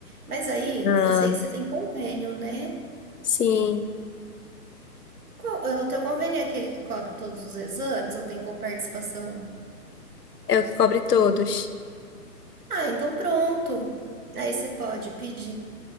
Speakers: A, on the right (about 65°); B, on the left (about 75°).
A: Mas aí,
B: Ah,
A: eu sei que você tem convênio, né?
B: Sim,
A: Qual- é, o teu convênio é aquele que cobre todos os exames ou tem coparticipação?
B: é o que cobre todos.
A: Ah, então pronto. Aí você pode pedir,